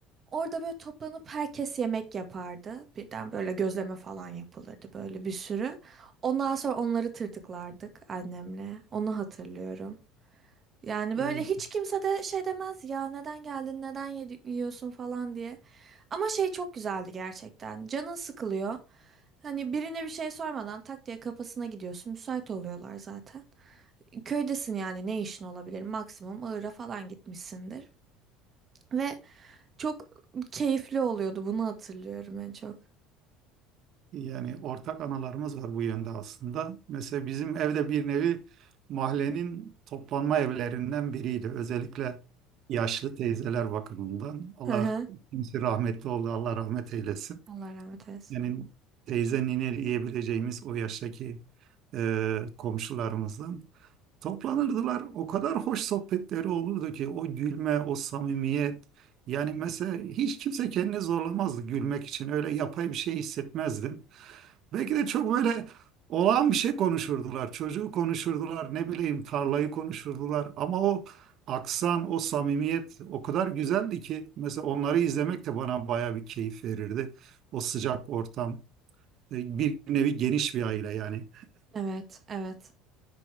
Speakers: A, on the right (about 40°); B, on the right (about 55°).
A: Orada böyle toplanıp herkes yemek yapardı. Birden böyle gözleme falan yapılırdı böyle bir sürü. Ondan sonra onları tırtıklardık annemle. Onu hatırlıyorum. Yani
B: İyi.
A: böyle hiç kimse de şey demez ya neden geldin neden yedi- yiyorsun falan diye. Ama şey çok güzeldi gerçekten. Canın sıkılıyor. Hani birine bir şey sormadan tak diye kapısına gidiyorsun. Müsait oluyorlar zaten. Köydesin yani ne işin olabilir? Maksimum Iğır'a falan gitmişsindir. Ve çok keyifli oluyordu. Bunu hatırlıyorum en çok.
B: Yani ortak analarımız var bu yönde aslında. Mesela bizim evde bir nevi mahallenin toplanma evlerinden biriydi. Özellikle yaşlı teyzeler bakımından. Allah
A: Hı hı.
B: kimse rahmetli oldu, Allah rahmet eylesin.
A: Allah rahmet eylesin.
B: Yani teyze nine diyebileceğimiz o yaştaki e, komşularımızdan. Toplanırdılar. O kadar hoş sohbetleri olurdu ki o gülme, o samimiyet. Yani mesela hiç kimse kendini zorlamazdı gülmek için. Öyle yapay bir şey hissetmezdim. Belki de çok böyle olağan bir şey konuşurdular. Çocuğu konuşurdular, ne bileyim tarlayı konuşurdular. Ama o aksan, o samimiyet o kadar güzeldi ki mesela onları izlemek de bana baya bir keyif verirdi. O sıcak ortam, e, bir nevi geniş bir aile yani.
A: Evet, evet.